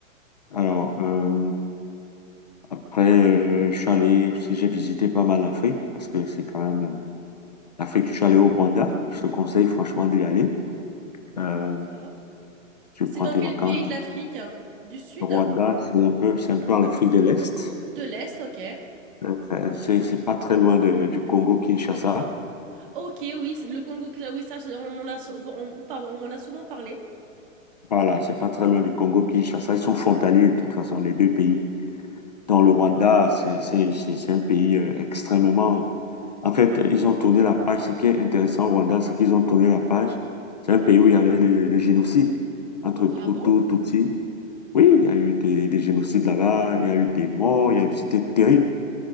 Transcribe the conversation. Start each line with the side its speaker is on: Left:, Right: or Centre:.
Left: Alors, euh, Après, euh, je suis allé aussi, j'ai visité pas mal l'Afrique parce que c'est quand même euh, l'Afrique. Je suis allé au Rwanda. Je te conseille franchement d'y aller.
Right: D'accord.
Left: Euh, tu
Right: C'est
Left: prends
Right: dans
Left: tes
Right: quel
Left: vacances.
Right: pays de l'Afrique Du sud
Left: Le Rwanda, c'est un peu, c'est un peu en Afrique de l'Est.
Right: De l'Est, ok.
Left: Euh, Enfin, c'est, c'est pas très loin de, du Congo-Kinshasa.
Right: Ok, oui, c'est le Congo, oui, ça, c'est- on m'en a, souvent- on- oh, pardon, on m'en a souvent parlé.
Left: Voilà, c'est pas très loin du Congo-Kinshasa. Ils sont frontaliers de toute façon, les deux pays. Dans le Rwanda, c'est, c'est, c'est c'est un pays euh, extrêmement En fait, ils ont tourné la page. Ce qui est intéressant au Rwanda, c'est qu'ils ont tourné la page. C'est un pays où il y avait le, le génocide entre
Right: Oh, ah
Left: Hutu,
Right: bon
Left: Tutsi. Oui, il y a eu des, des génocides là-bas, il y a eu des morts, il y a eu, c'était terrible.